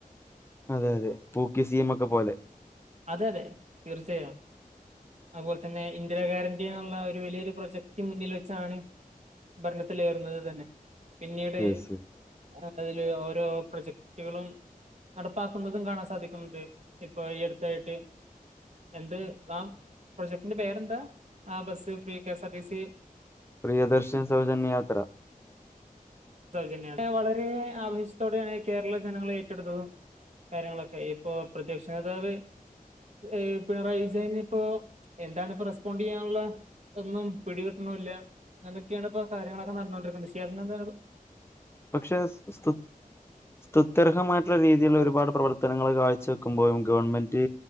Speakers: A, on the left; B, on the right.
A: ആഅതേ അതേ പൂക്കി സീഎമ്മൊക്കെ പോലെ
B: അതെഅതേ തീർച്ചായം അത്പോൽത്തന്നെ ഇന്ദിരാഗ്യാരൻ്റിയെന്നൊള്ള ആ ഒരു വലിയൊരു പ്രൊജക്ടും മുന്നിൽ വച്ചാണ് ഭരണത്തിലേറുന്നതുത്തന്നെ പിന്നീട്
A: യെസ്
B: ണ്ട് ണ്ട് അതില് ഓരോ പ്രൊജക്ടുകളും നടപ് പാക്കുന്നതും കാണാസാധിക്കുന്ന്ണ്ട് ഇപ്പൊ ഈ അടുത്തായിട്ട് എന്ത് ഗാ പ്രൊജക്ടിൻ്റെ പേരെന്താ ആ ബെസ്സ് ഫ്രീ കേസാർടീസി
A: പ്രിയദർശിനി സ്യൗജന്യയാത്ര
B: സൗജന്യാ <unintelligible> വളരേ ആവേശ്ത്തോടെയാണ് കേര ളജനങ്ങള് ഏറ്റെടുത്തതും കാര്യങ്ങളൊക്കെ ഇപ്പോ പ്രത്യക്ഷനേതാവ് ഏയീ പിണറായി വിജയ്നിപ്പോ എന്താണ്പ്പോ റെസ്പോണ്ടിയ്യാനുള്ളെ ഒന്നും പിടികിട്ട്ണുവില്ല എന്നൊക്കെയാണിപൊ കാര്യങ്ങളൊക്കെ നടന്നുകൊണ്ടിയിക്കുന്നത്ശ്ശേ അതിനാത്ത് <unintelligible>
A: പക്ഷേ സ്തുത് സുത്യർഹമായിട്ടൊള്ള രീതികള് വരും പാട് പ്രവർത്തനങ്ങള് കാഴ്ച ക്ക്മ്പോഴും ഗവൺമെൻ്റ്